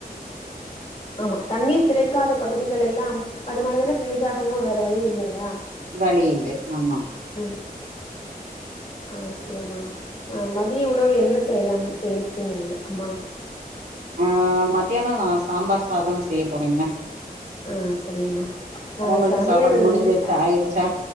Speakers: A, on the left; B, on the right.
A: ஆமா தண்ணீர் கிடைக்காத பகுதிகள் எல்லாம் அது மாதிரிதான செய்தாகணு வேற வழி இல்லயா
B: வழி இல்லை ஆமா
A: ம் ஆ சரியாமா ஆ மதிய உணவு என்ன செய்யலா செய்ருக்கீங்க அம்மா
B: ஆ மத்தியானம் நா சாம்பார் சாதம் செய்ய போறங்க
A: ஆ சரியாம்மா ஆ
B: அவங்களுக்கு
A: சமையல்
B: சாப்பாடு முடிஞ்சிருச்
A: முடி
B: ஆயிருச்சா